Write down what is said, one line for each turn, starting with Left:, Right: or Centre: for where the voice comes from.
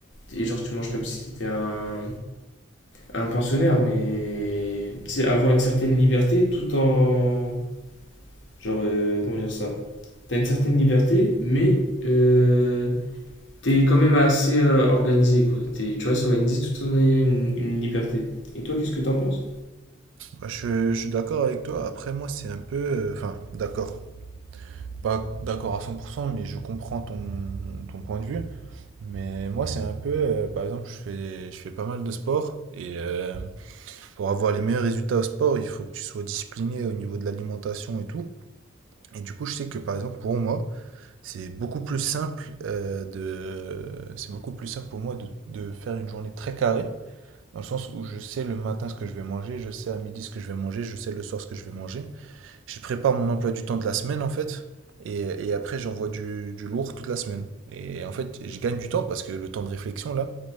Left: Et genre tu manges comme si t'étais un, un pensionnaire, mais tu sais, avoir une certaine liberté tout en. Genre, euh, comment dire ça? T'as une certaine liberté, mais. euh, t'es quand même assez euh, organisé, quoi. T'es- tu restes organisé tout en ayant une, une liberté. Et toi, qu'est-ce que t'en penses?
Right: Bah, je, je suis d'accord avec toi. Après, moi, c'est un peu. euh, Enfin, d'accord. Pas d'accord à 100%, mais je comprends ton, ton point de vue. Mais moi, c'est un peu, euh, par exemple, je fais, je fais pas mal de sport et euh, Pour avoir les meilleurs résultats au sport, il faut que tu sois discipliné au niveau de l'alimentation et tout. Et du coup, je sais que par exemple, pour moi, C'est beaucoup plus simple euh, de... C'est beaucoup plus simple pour moi de, de faire une journée très carrée, dans le sens où je sais le matin ce que je vais manger, je sais à midi ce que je vais manger, je sais le soir ce que je vais manger. Je prépare mon emploi du temps de la semaine, en fait, et, et après j'envoie du, du lourd toute la semaine. Et en fait, je gagne du temps parce que le temps de réflexion, là,